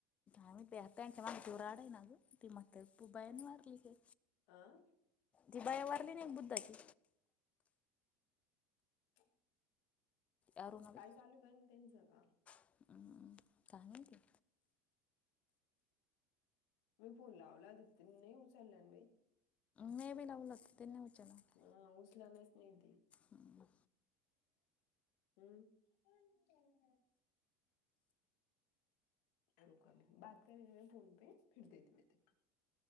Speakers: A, on the left; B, on the left.
A: आम् तेहताच्या मा दूराड आहे नाग ती मग तेप बायान मारली का
B: आं
A: ती बाया वारली ना एक बुद्धाची
B: त
A: अरुणा बाई
B: काय चालू काय त्यांचं का
A: काय माहिती
B: मी फोन लावला त त नाही उचलल्यान बाई
A: मे बी लावलं हो त्यां उच्याला <unintelligible>
B: हा उसला न स् नाहीधदी
A: हम्म
B: हम् <unintelligible> रुका बाात करे म फोन पे फिर देेत म ते